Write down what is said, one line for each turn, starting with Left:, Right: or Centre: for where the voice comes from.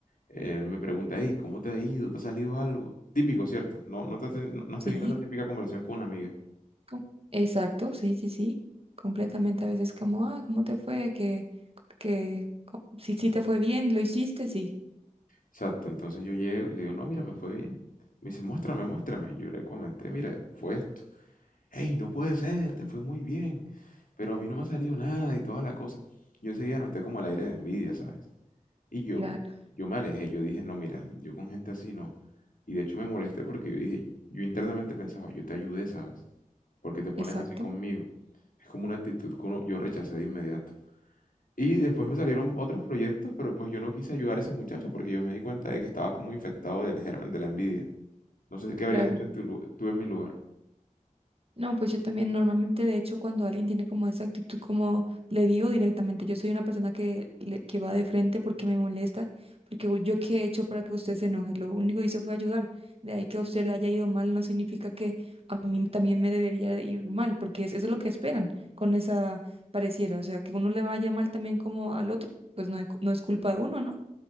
Left: él me pregunta, hey, ¿cómo te ha ido? ¿Te ha salido algo? Típico, ¿cierto? No, no, te has ten- no- no has
Right: Sí,
Left: tenido esa típica conversación con una amiga.
Right: com- exacto, sí, sí, sí. Completamente a veces como, ah, ¿cómo te fue? Que, que, co- si, si te fue bien, lo hiciste, sí.
Left: Exacto, entonces yo llego y le digo, no, mira, me fue bien. Me dice, muéstrame, muéstrame. Yo le comenté, mira, fue esto. Hey, no puede ser, te fue muy bien. Pero a mí no me ha salido nada y toda la cosa. Yo enseguida noté como el aire de envidia, ¿sabes? Y yo,
Right: Claro,
Left: yo me alejé, yo dije, no, mira, yo con gente así no. Y de hecho me molesté porque yo dije, yo internamente pensaba, yo te ayudé, ¿sabes? Porque te pones
Right: exacto,
Left: así conmigo. Es como una actitud que uno- yo rechacé de inmediato. Y después me salieron otros proyectos, pero pues yo no quise ayudar a ese muchacho porque yo me di cuenta de que estaba como infectado del germen de la envidia. No sé qué habrías
Right: claro.
Left: hecho en tu lu- tú en mi lugar.
Right: No, pues yo también normalmente, de hecho, cuando alguien tiene como esa actitud, como le digo directamente, yo soy una persona que, le- que va de frente porque me molesta, porque u- yo qué he hecho para que usted se enoje, lo único que hice fue ayudar. De ahí que a usted le haya ido mal no significa que a mí también me debería de ir mal, porque es- eso es lo que esperan con esa pareciera, o sea, que uno le vaya mal también como al otro, pues no, es cu- no es culpa de uno, ¿no?